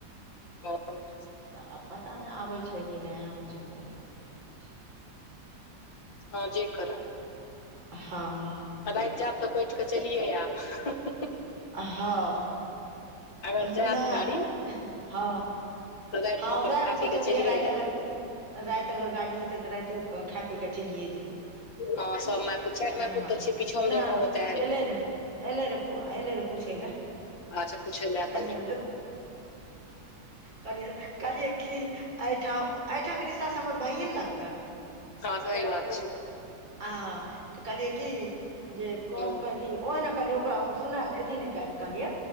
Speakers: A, on the left; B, on the right.
A: <inaudible>
B: तऽ आब पता नय आबय छै कि नय आबय छै कोनो अथी नय छै
A: हँ जे करै
B: हँ
A: आ राति जाएब तऽ बैठ कऽ चलिये आयब
B: हँ
A: अगर
B: नय
A: जायत गाड़ी
B: हँ
A: तऽ रातिमे
B: हँ
A: अपन
B: वैह
A: खा
B: सोचलियै
A: पी कऽ चलिए
B: राति अगर
A: आयब
B: राति अगर गाड़ी एतै तऽ राति कऽ खा पी कऽ चलियए जेबै
A: हँ सब माय पुते चारि माय
B: हँ
A: पुत छियै पीछ हम
B: नहि
A: घर तैयार
B: एलै
A: होै
B: रे एलै र एले रह पूछै लए
A: अच्छा पूछै लए आयल
B: कनियाँ कहलियै कहलियै कि एहिठाम एहिठामके रिस्तासँ हमर भइए ने लागतै
A: हँ सही बात छै
B: आ तऽ कहलियै की जे
A: हँ
B: अथी ओहि ने कहलियै ओकरा सुना अथि नय कहलियै